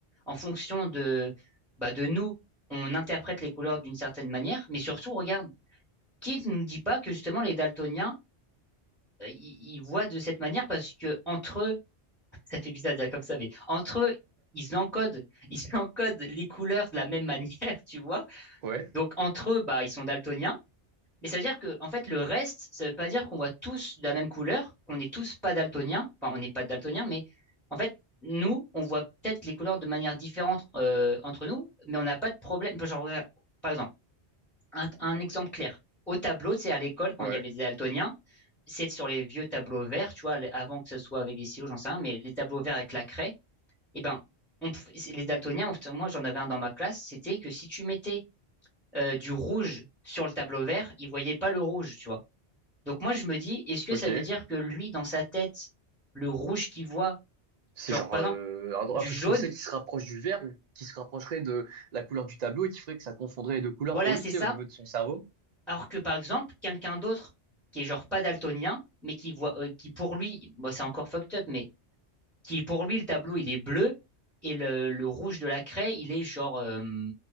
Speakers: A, in the centre; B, on the right.
A: en fonction de, bah, de nous, on interprète les couleurs d'une certaine manière. Mais surtout, regarde, qui ne nous dit pas que justement les daltoniens, euh, ils ils voient de cette manière parce que entre eux, ça fait bizarre de dire comme ça, mais entre eux, ils encodent, <laughs> ils encodent les couleurs de la même manière, <laughs> tu vois.
B: Ouais,
A: Donc entre eux, bah, ils sont daltoniens. Mais ça veut dire que, en fait, le reste, ça veut pas dire qu'on voit tous de la même couleur, qu'on n'est tous pas daltoniens. Enfin, on n'est pas daltoniens, mais en fait, nous, on voit peut-être les couleurs de manière différente euh, entre nous, mais on n'a pas de problème. Genre, euh, par exemple, un, un exemple clair. Au tableau, tu sais, à l'école, quand
B: ouais,
A: il y avait des daltoniens, c'est sur les vieux tableaux verts, tu vois, les- avant que ce soit avec des stylos, j'en sais rien, mais les tableaux verts avec la craie eh ben, on pouvait- c'est- les daltoniens, enfin, moi j'en avais un dans ma classe, c'était que si tu mettais euh, du rouge sur le tableau vert, il voyait pas le rouge, tu vois. Donc moi je me dis, est-ce que
B: ok.
A: ça veut dire que lui, dans sa tête, le rouge qu'il voit,
B: C'est
A: genre
B: genre
A: par
B: euh,
A: exemple
B: un, un
A: du
B: truc
A: jaune,
B: foncé qui se rapproche du vert ou qui se rapprocherait de la couleur du tableau et qui ferait que ça confondrait les deux couleurs
A: voilà,
B: pour lui,
A: c'est
B: tu
A: ça,
B: sais, au niveau de son cerveau.
A: alors que par exemple quelqu'un d'autre qui est genre pas daltonien, mais qui voit, euh, qui pour lui, bon, c'est encore fucked up, mais qui pour lui, le tableau, il est bleu et le, le rouge de la craie, il est genre euh,